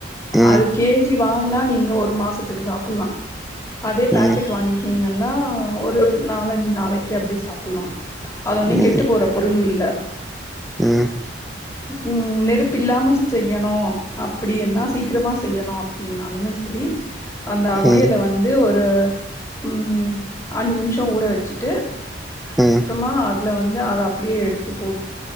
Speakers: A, in the centre; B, on the left.
A: ம்
B: அது கேஜி வா னா நீங்க ஒரு மாசத்துக்கு சாப்டலாம் அதே பேக்கெட்
A: ம்
B: வாங்கிக்கீங்க ஒரு நாலஞ்சு நாளைக்கு அப்படி சாப்டலாம் அது ஒன்னும்
A: ம்
B: கெட்டு போற பொருள் இல்ல
A: ம்
B: ம் நெருப்பு இல்லாம செய்யணு அப்படி என்னா சீக்கிரமா செய்யணு அப்படி என்னாலுமே சரி அந்த அவியலை
A: ம்
B: வந்து ஒரு ம் அஞ்சு நிமிஷம் ஊற வச்சுட்டு
A: ம்
B: மா அதில் வந்து அதை அப்படியே எடுத்து போட்டு